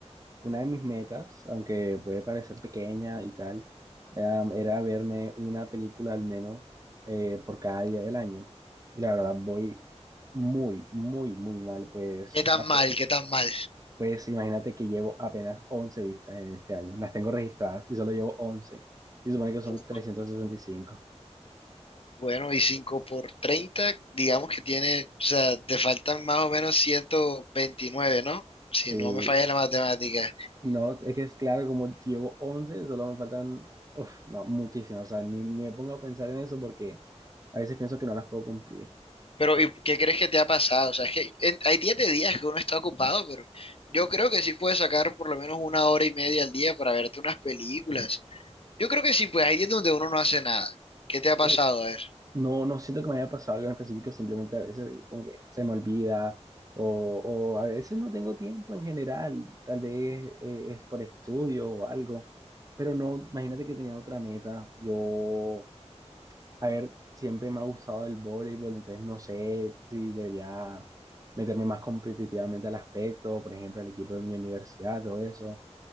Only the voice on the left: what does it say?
¿Qué tan
mal? ¿Qué tan mal?
Bu-
Bueno, y 5 por 30, digamos que tiene, o sea, te faltan más o menos 129, ¿no? Si
no me falla la matemática.
Pero, ¿y qué crees que te ha pasado? O sea, es que en- hay días de días que uno está ocupado, pero yo creo que sí puedes sacar por lo menos una hora y media al día para verte unas películas. Yo creo que sí, pues hay días donde uno no hace nada. ¿Qué te ha pasado?
A ver.